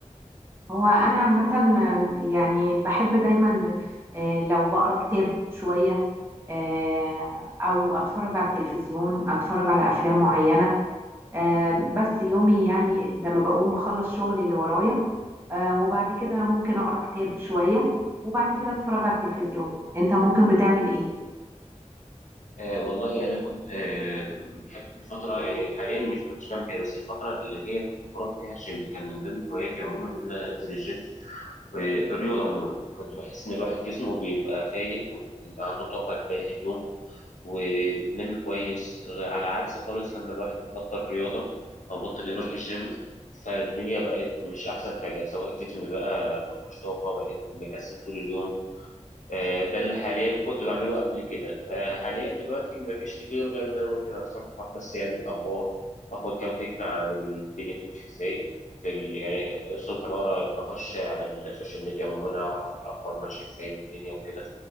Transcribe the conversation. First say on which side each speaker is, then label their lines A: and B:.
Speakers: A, on the right; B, on the left.
A: هو انا عامه يعني بحب دايما آه، لو بقرا كتاب شويه آه، او اتفرج على التلفزيون اتفرج على افلام معينه آه، بس يومي يعني لما بقوم بخلص شغلي اللي ورايا آه، وبعد كده ممكن اقرا كتاب شويه وبعد كده اتفرج على التلفزيون انت ممكن بتعمل ايه
B: آه والله أنا كنت آه، بحب الفترة يعني حاليا مش كنتش بعمل كده بس الفترة اللي هي كنت بروح فيها الجيم كان من ضمن هواياتي عموما إن أنا أنزل الجيم والرياضة عموما كنت بحس إن الواحد جسمه بيبقى فايق وعنده طاقة لبقية اليوم وبتنامي كويس غ- على عكس خالص لما الواحد بيبطل رياضة أو بطل يروح الجيم فالدنيا بقت مش أحسن حاجة سواء الجسم بقى مفهوش طاقة بقت مكسل طول اليوم آه، ده اللي حاليا كنت بعمله قبل كده آه، حاليا دلوقتي مفيش كتير غير ان انا ممكن اصفح بس يعني الاخبار اخد كام فكره عن الدنيا بتمشي ازاي في ال... يعني الصبح بقرا بخش على السوشيال ميديا عموما اعرف الاخبار ماشيه ازاي والدنيا وكده